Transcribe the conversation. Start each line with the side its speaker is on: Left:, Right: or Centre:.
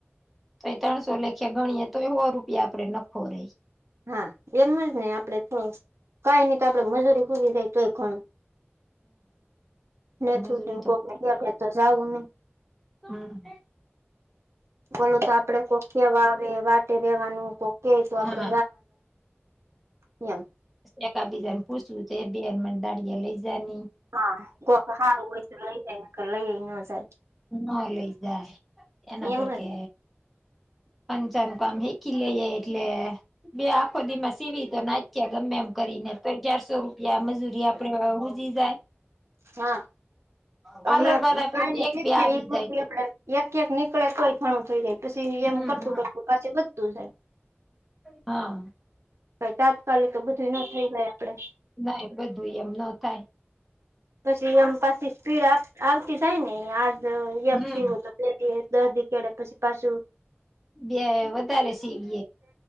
Centre: તો ય ત્રણસો લેખે ગણીએે તો એ હો રૂપિયા આપડે નફો રેય.
Right: હા એમ જ ને આપડે તો કઈ ની તો આપડે મજૂરી પૂરી થાય તોય ઘણુ ને
Centre: મજૂરી
Right: થું
Centre: તો
Right: કોક તો જવું નહી.
Centre: હા
Right: બોલુ તો આપડે કોક આવે વાટે રેવાનું કોક તો આપડે
Centre: હા
Right: એમ.
Centre: એક બીજાને પુસું એ બેન મને દાડીયા લઈ જની?
Right: હા કોક હારું હોય તો લઈ જાય ને કર લઈ ન જાય.
Centre: ન લઈ જાય એના
Right: એમ
Centre: કરકે
Right: જ ને.
Centre: પંચન કામ હિખી લ ઈએ એટલે બે આખો દીમાં સીવી તો નાખયા ગમે એમ કરીને તો ચારસો રૂપિયા મજૂરી ના આપ તો ય હુજી જાય.
Right: હા
Centre: પાર્લર
Right: હમણાં
Centre: વાળા કોક
Right: કાઈ નઈ ઠીક
Centre: બે
Right: એ
Centre: આવી
Right: પૂરતું
Centre: જાય તો
Right: આપડે એક એક નીકળે તોય ઘણું થઈ જાય પછી
Centre: હમ
Right: એમ કરતું કરતું પાસે બધુજ
Centre: હા
Right: કઈ તાત્કાલિક બધું ન થઈ જાય આપડે
Centre: નાહી બધું એમ ન થાય.
Right: પછી એમ પાછી સ્પીડ આવતી જાય ને આજ એક
Centre: હમ
Right: સીવું તો દદી કેડે પછી પાછુ.
Centre: બે વધારે સીવીએ